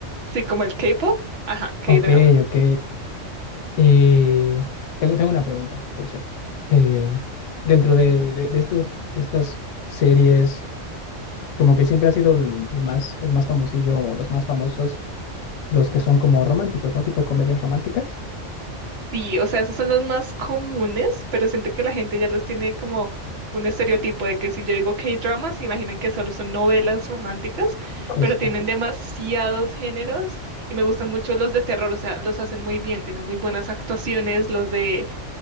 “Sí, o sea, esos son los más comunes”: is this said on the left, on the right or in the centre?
Right